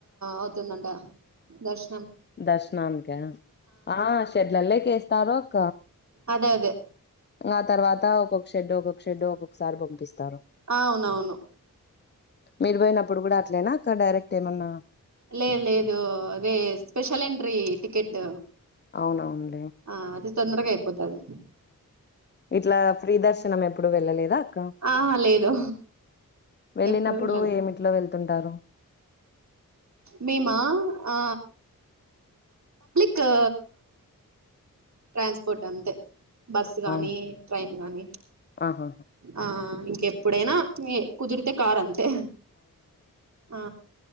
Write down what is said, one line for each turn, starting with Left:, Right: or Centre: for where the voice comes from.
Right: అవుతుందంట దర్శ
Left: దర్శనాన్కా ఆ షెడ్లల్లో కేస్తే తరోప్
Right: అదే అదే
Left: ఆ తర్వాత ఒక్కొక్క షెడ్ ఒక షెడ్ ఒకొక్కసారి పంపిస్తారు
Right: అవునవును
Left: మీరు పోయినప్ అప్పుడు కూడా అట్లేనా అక్క డైరెక్ట్ ఏమన్నా
Right: లేదు లేదు అదే స్పెషల్ ఎంట్రీ టికెట్
Left: అవునవును
Right: ఆ అది తొందరగా అయిపోతాది
Left: ఇట్లా ఫ్రీ దర్శనం ఎప్పుడు వెళ్ళలేదా అక్క
Right: ఆహ లేదు
Left: వెళ్ళినప్పుడు
Right: ఎప్పుడు వెళ్ళాలే
Left: ఏమిట్లో వెళ్తుంటారు
Right: మేమా ఆ తా ట్రాన్స్పోర్ట్ అంతే బస్సు గాని
Left: అవును
Right: ట్రైన్ గాని
Left: ఆహా
Right: ఆ ఎప్పుడైనా కుదిరితే కారు అంతే ఆ